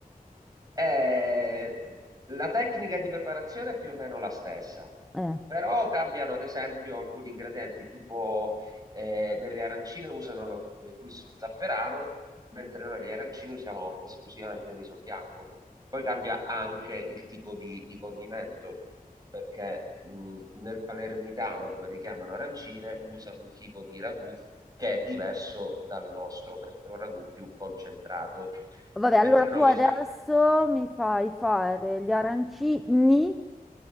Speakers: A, on the right (about 25°); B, in the centre.
A: Eh, la tecnica di preparazione è più o meno la stessa,
B: Eh.
A: però cambiano ad esempio alcuni ingredienti, tipo eh, nelle arancine usano lo- il riso zafferano, mentre noi negli arancini usiamo esclusivamente il riso bianco. Poi cambia anche il tipo di, di condimento, perché mh, nel palermitano, dove le chiamano arancine, usano un tipo di ragù che è diverso dal nostro, perché è un ragù più concentrato,
B: Vabbè,
A: mentre
B: allora tu
A: noi
B: adesso
A: siamo...
B: mi fai fare gli arancini